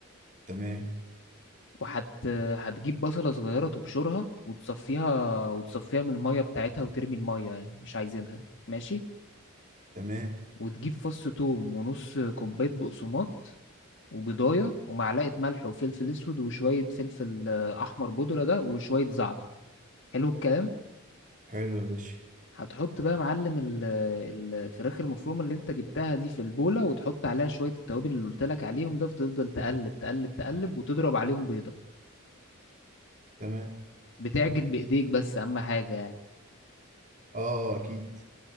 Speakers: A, on the right; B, on the left.
A: تمام
B: وهت هتجيب بصلة صغيرة تبشرها وتصفيها وتصفيها من المية بتاعتها وترمي المية يعني مش عايزينها ماشي
A: تمام
B: وتجيب فص توم ونص كوباية بقسماط وبيضاية ومعلقة ملح وفلفل أسود وشوية فلفل آه، أحمر بودرة ده وشوية زعتر حلو الكلام
A: حلو يا باشا
B: هتحط بقى يا معلم ال- الفراخ المفرومة اللي انت جبتها دي في البولة وتحط عليها شوية التوابل اللي قلت لك عليهم ده وتفضل تقلب تقلب تقلب وتضرب عليهم بيضة
A: تمام
B: بتعجن بإيديك بس أهم حاجة يعني
A: اه اكيد